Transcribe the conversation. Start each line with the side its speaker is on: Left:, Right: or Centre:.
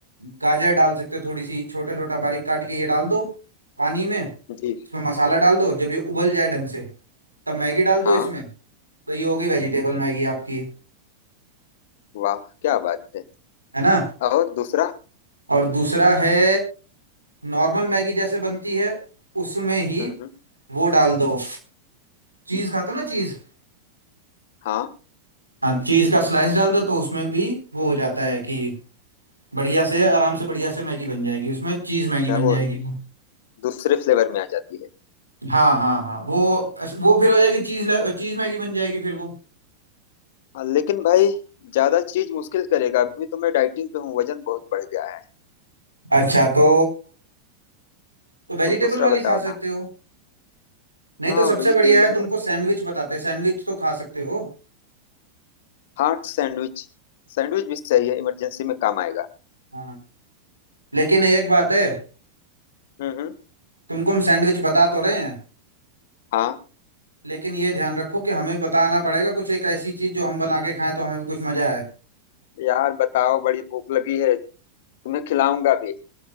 Right: गाजर डाल सकते हो थोड़ी सी छोटा छोटा बारीक काट के ये डाल दो पानी में इसमें
Left: जी
Right: मसाला डाल दो जब ये उबल जाए ढंग से तब मैगी डाल
Left: हाँ
Right: दो इसमें तो ये हो गई वेजिटेबल मैगी
Left: जी हाँ
Right: आपकी
Left: वाह क्या बात है
Right: है ना
Left: और दूसरा
Right: और दूसरा है नॉर्मल मैगी जैसे बनती है उसमें ही
Left: हम्म, हम्म।
Right: वो डाल दो चीज़ खाते हो ना चीज़
Left: हाँ
Right: हाँ चीज़ का स्लाइस डाल दो तो उसमें भी वो हो जाता है कि बढ़िया से आराम से बढ़िया से मैगी बन जाएगी उसमें चीज़ मैगी
Left: अच्छा
Right: बन
Left: वो
Right: जाएगी वो
Left: दूसरे फ्लेवर में आ जाती है
Right: हाँ हाँ हाँ वो वो फिर हो जाएगी चीज़ चीज़ मैगी बन जाएगी फिर वो
Left: हाँ, लेकिन भाई ज्यादा चीज मुश्किल करेगा अभी तो मैं डाइटिंग पे हूँ वजन बहुत बढ़ गया है
Right: अच्छा तो तो वेजिटेबल
Left: कुछ दूसरा
Right: वाली
Left: बताओ
Right: खा सकते
Left: ना
Right: हो नहीं
Left: हाँ
Right: तो सबसे
Left: वेजिटेबल
Right: बढ़िया है तुमको सैंडविच बताते हैं सैंडविच तो खा सकते हो
Left: हार्ट सैंडविच सैंडविच भी सही है इमरजेंसी में काम आएगा
Right: हाँ लेकिन एक बात है
Left: हम्म हम्म।
Right: तुमको हम सैंडविच बता तो रहे हैं
Left: हाँ
Right: लेकिन ये ध्यान रखो कि हमें बताना पड़ेगा कुछ एक ऐसी चीज़ जो हम बना के खाएं तो हमें भी कुछ मज़ा आए
Left: यार बताओ बड़ी भूख लगी है तुम्हें खिलाऊंगा भी